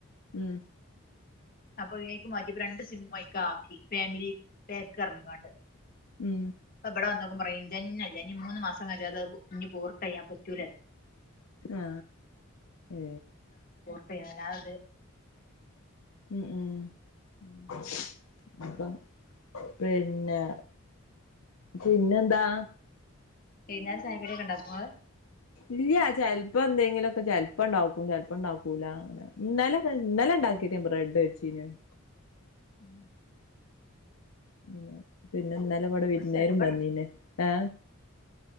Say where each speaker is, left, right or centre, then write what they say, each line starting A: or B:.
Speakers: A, on the left; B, on the left.
A: ഉം
B: അപ്പൊ വി ഐ ക്ക് മാറ്റിയപ്പോ രണ്ട് സിംമ്മ് അയ്ക്കാക്കി ഫാമിലി പാക്ക് പർഞ്കാണ്ട്
A: ഉം
B: പ്പം ഇവിടെ വന്നോക്കുമ്പം റെയ്ഞ്ചന്നെ ഇല്ല ഇനി മൂന്ന് മാസം കൻജാതെ ഞ് പോർട്ട്‌ ചെയ്യാൻ പറ്റൂല
A: ആ ഏ
B: പ്പ ഞാനാത്
A: ഉം ഉം ഉം അപ്പം പിന്നെ പിന്നെന്താ
B: വൈന്നേരം ചായ കടിഒക്കെ ഉണ്ടക്കോ നിങ്ങൾ
A: ഇല്ല്യ ചെൽപ്പം എന്തെങ്കിലുംഒക്കെ ചെൽപ്പം ഇണ്ടാക്കും ചെൽപ്പം ഉണ്ടാക്കൂല ഇന്നലെ ഇന്നലെ ഇണ്ടാക്കിനി ബ്രഡ് കൈചിനോയ്
B: ഉം
A: ഇല്ല പിന്നെ ഇന്നലെ ഇവിടെ
B: ഞങ്ങളും
A: വിരുന്നാരും
B: ചെലപ്പം
A: വന്നിനി ഏ